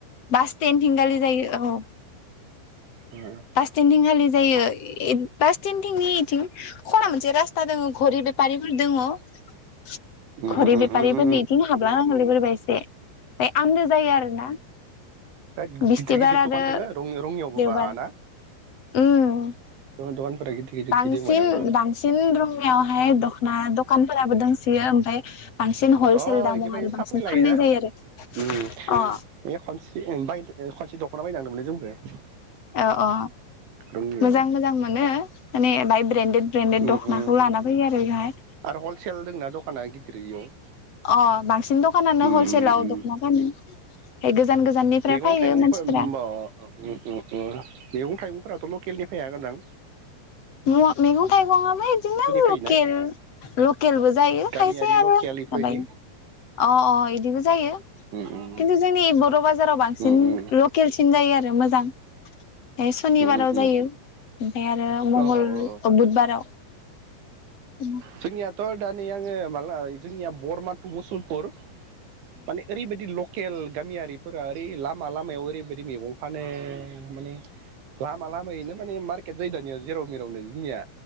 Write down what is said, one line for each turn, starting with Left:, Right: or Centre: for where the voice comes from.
Left: बास स्टेनड थिंगालि जायो औ
Right: उम
Left: बास स्टेन्दिं खालि जायो बास स्टेनडथिंनि इथिं खना मोनसे रासता दङ घरि दङ घरि
Right: उम उम
Left: बेफारिफोरनिथिं
Right: उम
Left: हाबलां नांगौ एसे आ आन्दो जायो आरोना।
Right: बे गिदिर
Left: बिस्थिबार
Right: गिदिर
Left: आरो
Right: दखान दङो रङियावबो
Left: देवबार
Right: बा ना?
Left: उम
Right: दखान दखानफोरा गिदिर गिदिर
Left: बांसिन
Right: गिदिंबायना आंबो
Left: बांसिन रुङियावहाय दखना दखानफोराबो दंसोयो ओमफ्राय बांसिन हलसेल
Right: अ
Left: दामाव
Right: इनिफ्राय
Left: आरो बांसिन
Right: साप्लाय लायोना
Left: फाननाय जायो आरो
Right: उम
Left: अ
Right: बे खनस्रि खनसे बाय खनसे दख'ना बायनोथादोंमोनलै जोंबो।
Left: अ अ
Right: रङियाव
Left: मोजां मोजां मोनो माने बाहाय ब्रेन्डेड ब्रेन्डेड
Right: उम
Left: दखनाखौ
Right: उम
Left: लान फैयो आरो बेवहाय।
Right: आरो हलसेल दंना दखाना गिदिर इयाव
Left: अ बांसिन दखानानो
Right: उम
Left: हलसेलाव
Right: उम उम
Left: दखना फानो। ओमफ्राय गोजान गोजाननिफ्राय
Right: मैगं
Left: फैयो
Right: थाइगंफोर
Left: मानसिफोरा
Right: होमबा ओम ओम ओम मैगं थाइगंफोराथ' लकेलनि फैयागोनदां?
Left: म मैगं थाइगंआबो इदिनो
Right: फैयोना
Left: लकेल लकेलबो जायो
Right: गामियारि
Left: खायसे आरो
Right: लकेल इफोरबायदि
Left: माबायो अ अ इदिबो जायो।
Right: उम उम
Left: खिन्थु जोंनि बर' बाजाराव बांसिन
Right: उम
Left: लकेलसिन जायो आरो मोजां बे सनिबाराव
Right: उम उम
Left: जायो
Right: उम
Left: ओमफ्राय आरो
Right: औ
Left: मंगल
Right: औ
Left: अ बुधबाराव। उम
Right: जोंनियाथ' दा नै आङो माला जोंनिया बरमान टु मुसलपुर। माने ओरैबायदि लकेल गामियारिफोरा ओरै लामा लामायाव ओरैबायदि मैगं फानो माने लामा लामायैनो माने मार्केट जायो दानिया जेराव मेरावनो जोंनिया